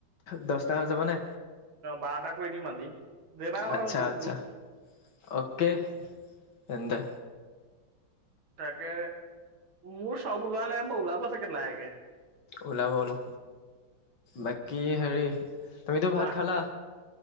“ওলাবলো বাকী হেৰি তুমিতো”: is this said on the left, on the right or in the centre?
Left